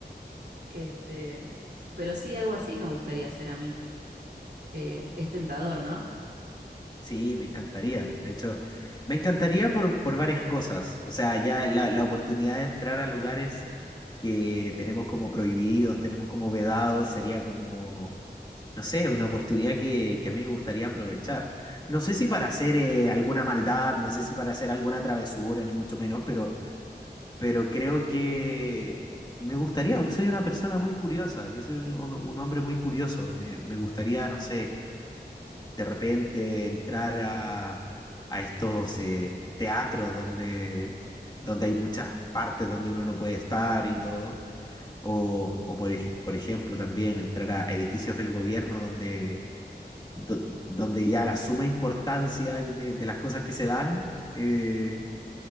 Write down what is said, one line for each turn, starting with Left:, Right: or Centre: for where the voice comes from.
Right: Este, pero sí, algo así me gustaría hacer a mí. Eh, es tentador, ¿no?
Left: sí, me encantaría. De hecho, me encantaría por, por varias cosas. O sea, ya la, la oportunidad de entrar a lugares que tenemos como prohibidos, tenemos como vedados, sería como no sé, una oportunidad que, que a mí me gustaría aprovechar. No sé si para hacer eh, alguna maldad, no sé si para hacer alguna travesura, ni mucho menos, pero, pero creo que me gustaría, porque soy una persona muy curiosa, yo soy un, un- un hombre muy curioso, me, me gustaría, no sé, de repente entrar a, a estos eh, teatros donde, donde hay muchas partes donde uno no puede estar y todo. O, o por, ej- por ejemplo, también entrar a edificios del gobierno donde do- donde ya la suma importancia de, de las cosas que se dan eh,